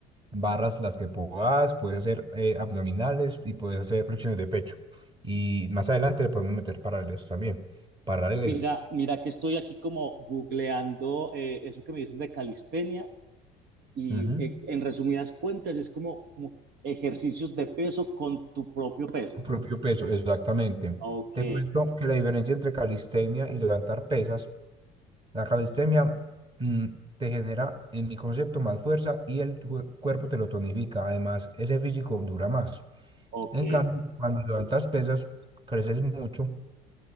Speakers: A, on the right; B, on the right.
A: barras las que puedas, puedes hacer eh, abdominales y puedes hacer flexiones de pecho. Y más adelante le podemos meter paralelas también, paralelas.
B: Mira, mira que estoy aquí como googleando eh, eso que me dices de calistenia y
A: Ujú.
B: eh, en resumidas cuentas es como, como ejercicios de peso con tu propio peso.
A: Tu propio peso, exactamente.
B: Ok,
A: Te cuento que la diferencia entre calistenia y levantar pesas, la calistenia mm, te genera, en mi concepto, más fuerza y el tu- cuerpo te lo tonifica. Además, ese físico dura más.
B: ok,
A: En cambio, cuando levantas pesas, creces mucho,